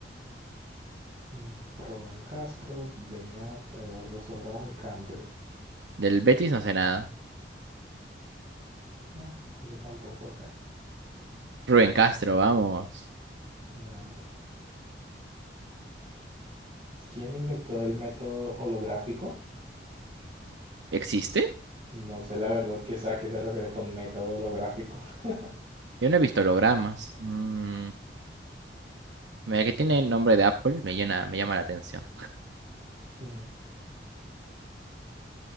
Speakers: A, on the right; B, on the right.
A: Mm, Rubén Castro, Beñat, Eduardo Sobrado y Campbell.
B: Del Betis no sé nada.
A: Bueno, yo tampoco sé.
B: Rubén Castro, vamos.
A: No es. ¿Quién inventó el método holográfico?
B: ¿Existe?
A: No sé la verdad que es- a qué se refiere con método holográfico. <laughs>
B: Yo no he visto hologramas. Mm, mira que tiene nombre de Apple, me llena, me llama la atención.
A: Mm,